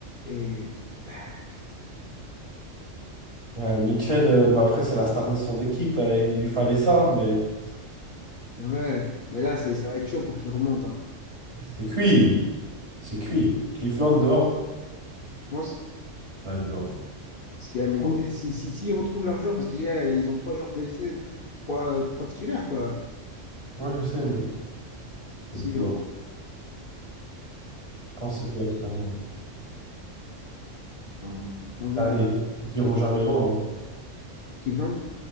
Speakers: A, on the left; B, on the right.
A: Et bah, putain.
B: Ouais, Mitchell, euh, bon, après, c'est la star de son équipe, euh, il lui fallait ça, mais
A: Ouais. Mais là, ça, ça va être chaud pour qu'il remonte. hein.
B: c'est cuit. C'est cuit. Cleveland dehors.
A: Je pense.
B: Ouais, dehors.
A: Parce qu'il y
B: Par
A: a-
B: contre,
A: si, si, si ils retrouvent leurs joueurs, parce qu'ils ils ont trois joueurs blessés, trois, trois titulaires, quoi.
B: ouais, je sais, mais
A: Si,
B: c'est dehors.
A: euh,
B: Je pense que c'est dehors cette année.
A: on, on
B: Cette
A: verra.
B: année, ils iront jamais loin. hein.
A: Cleveland.